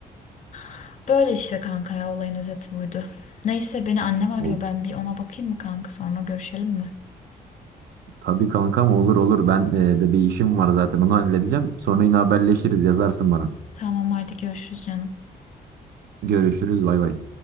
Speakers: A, on the left; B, on the right.
A: <laughs> Böyle işte kanka ya olayın özeti buydu. Neyse beni annem arıyor
B: O,
A: ben bir ona bakayım mı kanka sonra görüşelim mi?
B: tabii kankam olur olur. Ben e, de bir işim var zaten onu halledeceğim. Sonra yine haberleşiriz, yazarsın bana.
A: Tamam haydi görüşürüz canım.
B: Görüşürüz, bay bay.